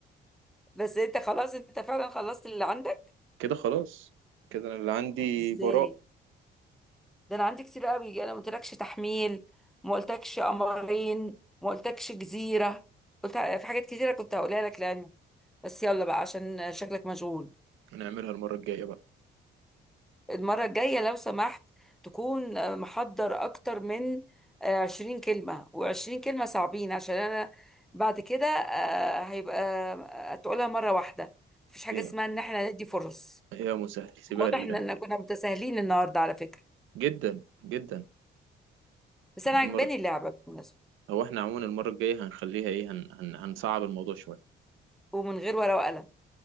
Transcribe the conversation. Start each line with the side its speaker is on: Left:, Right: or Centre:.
Centre: بس أنت خلاص أنت فعلا خلصت اللي عندك
Right: كده خلاص كده انا اللي عندي
Centre: إزاي
Right: براء
Centre: ده أنا عندي كتير قوي أنا ما قلتلكش تحميل ما قلتلكش قمرين ما قلتلكش جزيرة قلت في حاجات كتيرة كنت هقولها لك لعلمك بس يلا بقى عشان شكلك مشغول
Right: نعملها المرة الجاية بقى
Centre: المرة الجاية لو سمحت تكون آه، محضر أكتر من آه، عشرين كلمة وعشرين كلمة صعبين عشان أنا بعد كده آه، هيبقى آه، تقولها مرة واحدة مفيش حاجة
Right: يا
Centre: اسمها إن احنا ندي فرص
Right: يا مسهل سيبها
Centre: واضح
Right: لله
Centre: إننا كنا متساهلين النهاردة على فكرة
Right: جدا جدا
Centre: بس أنا
Right: المرة
Centre: عجباني اللعبة بالمناسبة
Right: هو احنا عموما المرة الجاية هنخليها ايه هن... هن... هنصعب الموضوع شوية
Centre: ومن غير ورقة وقلم